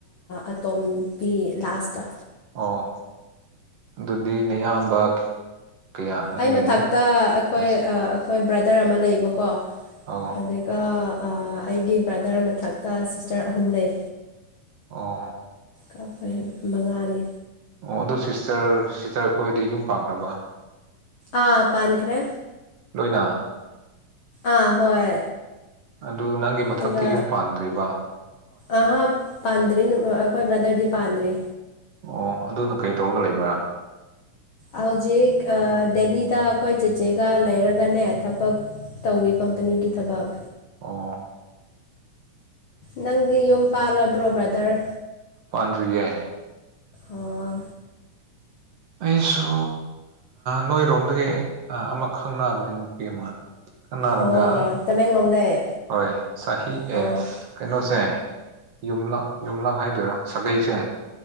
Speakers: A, on the left (about 60°); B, on the right (about 55°).
A: ꯑꯇꯣꯝꯕꯤ ꯂꯥꯁꯇ
B: ꯑꯣ ꯑꯗꯨꯗꯤ ꯅꯌꯥꯝꯕ ꯀꯌꯥ ꯅꯪꯒꯤ
A: ꯑꯩ ꯃꯊꯛꯇ ꯑꯩꯈꯣꯏ
B: ꯅꯁꯦ
A: ꯑꯩꯈꯣꯏ ꯕ꯭ꯔꯗꯔ ꯑꯃ ꯂꯩꯕꯀꯣ
B: ꯑꯣ
A: ꯑꯗꯨꯒ ꯑꯩꯒꯤ ꯕ꯭ꯔꯗꯔ ꯃꯊꯛꯇ ꯁꯤꯁꯇꯔ ꯑꯍꯨꯝ ꯂꯩ
B: ꯑꯣ
A: ꯀ ꯑꯩꯈꯣꯏ ꯃꯉꯥꯅꯤ
B: ꯑꯣ ꯑꯗꯨ ꯁꯤꯁꯇꯔ ꯁꯤꯁꯇꯔ ꯑꯩꯈꯣꯏꯗꯤ ꯌꯨꯝ ꯄꯥꯈ꯭ꯔꯕ
A: ꯑꯥ ꯄꯥꯟꯀ꯭ꯔꯦ
B: ꯂꯣꯏꯅꯥ
A: ꯑꯥ ꯍꯣꯏ
B: ꯑꯗꯨ ꯅꯪꯒꯤ ꯃꯊꯛꯇꯤ
A: ꯑꯗꯨꯒ
B: ꯌꯨꯝ ꯄꯥꯟꯗ꯭ꯦꯔꯤꯕ
A: ꯑꯍꯥ ꯄꯥꯟꯗ꯭ꯔꯤ ꯑꯩꯈꯣꯏ ꯕ꯭ꯔꯥꯗꯔꯗꯤ ꯄꯥꯟꯗ꯭ꯔꯤ
B: ꯑꯣ ꯑꯗꯨꯅ ꯀꯩ ꯇꯧꯔꯒ ꯂꯩꯕ꯭ꯔꯥ
A: ꯍꯧꯖꯤꯛ ꯗꯦꯜꯂꯤꯗ ꯑꯩꯈꯣꯏ ꯆꯤꯆꯦꯒ ꯂꯩꯔꯒꯅꯦ ꯊꯕꯛ ꯇꯧꯋꯤ ꯀꯝꯄꯅꯤꯒꯤ ꯊꯕꯥꯛ
B: ꯑꯥ
A: ꯅꯪꯗꯤ ꯌꯨꯝ ꯄꯥꯜꯂꯕ꯭ꯔꯣ ꯕ꯭ꯔꯗꯔ
B: ꯄꯟꯗ꯭ꯔꯤꯌꯦ
A: ꯑꯣ
B: ꯑꯩꯁꯨ ꯅꯣꯏꯔꯣꯝꯗꯒꯤ ꯑꯃ ꯈꯪꯅꯕꯅꯦ ꯅꯨꯄꯤ ꯑꯃ ꯀꯅꯥꯔꯒ
A: ꯑꯣ ꯇꯃꯦꯡꯂꯣꯡꯗꯩ
B: ꯍꯣꯏ ꯆꯍꯤ
A: ꯑꯣ
B: ꯑꯦ ꯀꯩꯅꯣꯁꯦ ꯌꯨꯝꯂꯛ ꯌꯨꯝꯂꯛ ꯍꯥꯏꯗꯣꯏꯔꯥ ꯁꯥꯒꯩꯁꯦ